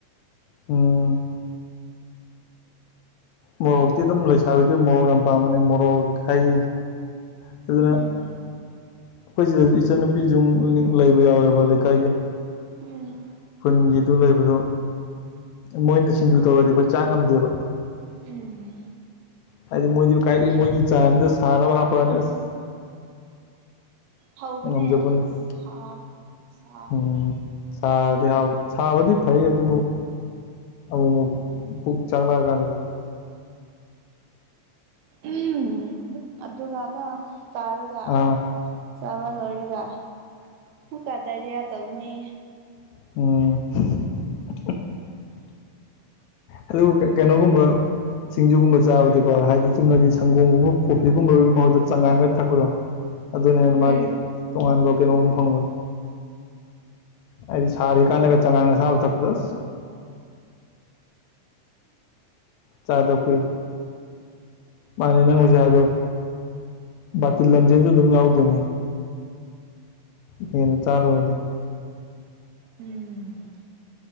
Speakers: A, on the left; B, on the right.
A: ꯑꯣ ꯃꯣꯔꯣꯛꯇꯤ ꯑꯗꯨꯝ ꯂꯩꯁꯥꯕꯤꯗꯨ ꯃꯣꯔꯣꯛ ꯌꯥꯝ ꯄꯥꯝꯝꯕꯅꯦ ꯃꯣꯔꯣꯛ ꯍꯩ ꯑꯗꯨꯗꯨꯅ
B: ꯎꯝ
A: ꯑꯩꯈꯣꯏ ꯁꯤꯗꯁꯨ ꯏꯆꯟꯅꯨꯄꯤꯁꯨ ꯂꯩꯕ ꯌꯥꯎꯋꯦꯕ ꯂꯩꯀꯥꯏꯒꯤ
B: ꯎꯝ
A: ꯈꯨꯟꯒꯤꯗꯨ ꯂꯩꯕꯗꯣ ꯃꯣꯏꯅ ꯁꯤꯡꯖꯨ ꯇꯧꯔꯗꯤ ꯑꯩꯈꯣꯏ ꯆꯥ ꯉꯝꯗꯦꯕ
B: ꯎꯝ
A: ꯍꯥꯏꯗꯤ ꯃꯣꯏꯗꯤ ꯀꯥꯏꯗꯒꯤ ꯃꯣꯏꯒꯤ ꯆꯥꯡꯗ ꯁꯥꯥꯟꯅꯕ ꯍꯥꯞꯄꯛꯑꯅꯤ ꯑꯁ꯫
B: ꯍꯥꯎꯕꯅꯦ
A: ꯉꯝꯖꯕ ꯅꯠꯇꯦ
B: ꯁꯥ ꯁꯥꯕꯗꯣ
A: ꯎꯝ ꯆꯔꯗꯤ ꯍꯥꯎ ꯁꯥꯕꯗꯤ ꯐꯩ ꯑꯗꯨ꯫ ꯑꯃꯨꯛꯃꯨꯛ ꯄꯨꯛ ꯆꯥꯛꯂꯛꯑꯀꯥꯟꯗꯤ
B: ꯑꯃꯨꯛ ꯑꯗꯨꯒꯥ ꯀꫭ ꯇꯔꯒ
A: ꯑꯥ
B: ꯆꯕ ꯂꯣꯏꯔꯒ ꯃ ꯀꯗꯥꯔꯤꯌꯥ ꯇꯧꯅꯤ
A: ꯑꯣ ꯑꯗꯨ ꯀꯩꯅꯣꯒꯨꯝꯕ ꯁꯤꯡꯖꯨꯒꯨꯝꯕ ꯆꯥꯕꯗꯤꯀꯣ ꯍꯥꯏꯗꯤ ꯆꯨꯝꯅꯒꯤ ꯁꯪꯒꯣꯝꯒꯨꯝꯕ ꯀꯣꯐꯤꯒꯨꯝꯕꯒꯤ ꯃꯍꯨꯠꯇ ꯆꯥꯡꯉꯥꯡꯒ ꯊꯛꯄꯗꯣ ꯑꯗꯨꯅ ꯍꯦꯟꯅ
B: ꯎꯝ
A: ꯃꯥꯒꯤ ꯇꯣꯉꯥꯟꯕ ꯀꯩꯅꯣꯝ ꯐꯪꯕꯅꯤ ꯑꯩꯗꯤ ꯁꯥꯔꯤ ꯀꯥꯟꯗꯒ ꯆꯉꯥꯡꯒ ꯁꯥꯕ ꯊꯛꯄꯗ ꯆꯥꯏꯗ ꯀꯣꯏ ꯃꯥꯅꯤ ꯅꯪ ꯍꯧꯖꯤꯛ ꯑꯗꯣ ꯕꯥꯇꯤꯤꯟ ꯂꯝꯖꯦꯟꯁꯨ ꯑꯗꯨꯝ ꯌꯥꯎꯗꯣꯏꯅꯤ ꯍꯅ ꯆꯥꯔꯨ ꯑꯣꯏꯗꯤ
B: ꯎꯝ